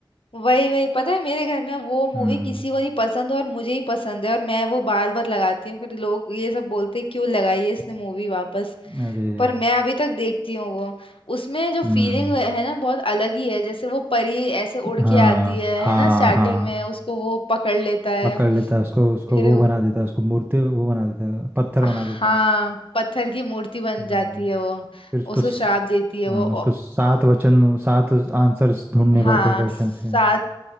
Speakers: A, on the left; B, on the right.
A: वही वही पता है मेरे घर में वो मूवी
B: हम्म
A: किसी को नहीं पसंद और मुझे ही पसंद है और मैं वो बार बार लगाती हूँ फिर लोग ये सब बोलते हैं, क्यों लगाई है इसने मूवी वापस
B: अरे
A: पर मैं अभी तक देखती हूँ वो उसमें जो
B: हम्म
A: फीलिंग है ना बहुत अलग ही है जैसे वो परी ऐसे उड़
B: हाँ
A: के आती है
B: हाँ
A: है ना स्टार्टिंग
B: हाँ
A: में उसको वो पकड़ लेता है
B: पकड़ लेता है उसको उसको
A: फिर
B: वो
A: वो-
B: बना देता है उसको मूर्ति वो बना देता है पत्थर
A: हाँ
B: बना देता है
A: पत्थर की मूर्ति बन
B: हम्म
A: जाती है वो
B: फिर उसको
A: उसको
B: स-
A: श्राप देती है
B: हाँ,
A: वो
B: उसको सात वचन सात आंसर्स ढूंढने
A: हाँ
B: पड़ते हैं क्वेश्चंस
A: सात
B: के